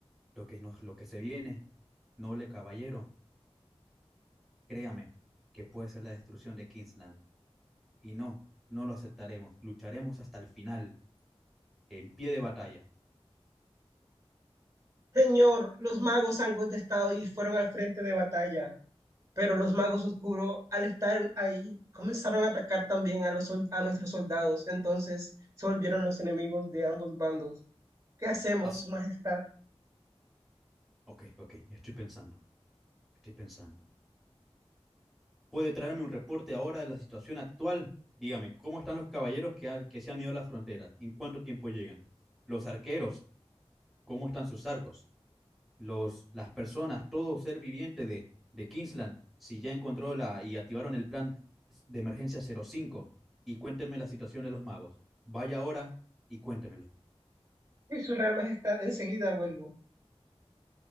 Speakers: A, in the centre; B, on the right.
A: lo que, nos, lo que se viene, noble caballero, créame, que puede ser la destrucción de Kingsland. Y no, no lo aceptaremos, lucharemos hasta el final, en pie de batalla.
B: Señor, los magos han contestado y fueron al frente de batalla, pero los magos oscuros, al estar ahí, comenzaron a atacar también a, los, sol- a nuestros soldados. Entonces se volvieron los enemigos de ambos bandos. ¿Qué hacemos,
A: As-
B: Su Majestad?
A: ok, ok, estoy pensando, estoy pensando. puede traerme un reporte ahora de la situación actual. Dígame, ¿cómo están los caballeros que, ha- que se han ido a la frontera? ¿En cuánto tiempo llegan? Los arqueros, ¿cómo están sus arcos? Los, las personas, todo ser viviente de, de Kingsland, si ya encontró la y activaron el plan de emergencia cero cinco. y cuéntenme la situación de los magos. Vaya ahora y cuéntemelo.
B: Y su Real Majestad, enseguida vuelvo.